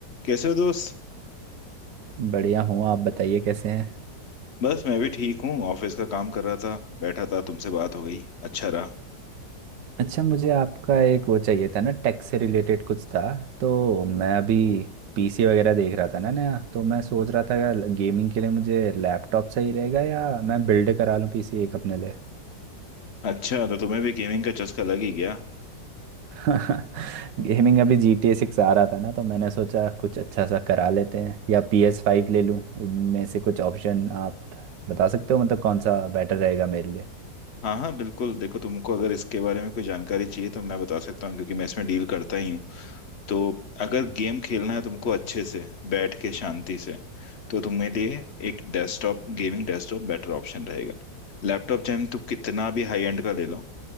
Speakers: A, on the left; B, on the right.
A: कैसे हो दोस्त
B: बढ़िया हूँ आप बताइए कैसे हैं
A: बस मैं भी ठीक हूँ ऑफिस का काम कर रहा था बैठा था तुमसे बात हो गई अच्छा रहा
B: अच्छा मुझे आपका एक वो चाहिए था ना टैक्स से रिलेटेड कुछ था तो मैं अभी पीसी वगैरह देख रहा था ना नया तो मैं सोच रहा था गेमिंग के लिए मुझे लैपटॉप सही रहेगा या मैं बिल्ड करा लूँ पीसी एक अपने लिए
A: अच्छा तो तुम्हें भी गेमिंग का चस्का लग ही गया
B: <laughs> गेमिंग अभी जी टी ए सिक्स आ रहा था ना तो मैंने सोचा कुछ अच्छा सा करा लेते हैं या पी एस फाइव ले लूँ इनमें से कुछ ऑप्शन आप बता सकते हो मतलब कौन सा बेटर रहेगा मेरे लिए
A: हाँ हाँ बिल्कुल देखो तुमको अगर इसके बारे में कोई जानकारी चाहिए तो मैं बता सकता हूँ क्योंकि मैं इसमें डील करता ही हूँ तो अगर गेम खेलना है तुमको अच्छे से बैठ के शांति से तो तुम्हें लिए एक desktop gaming desktop better option रहेगा लैपटॉप चाहे तुम कितना भी हाई एंड का ले लो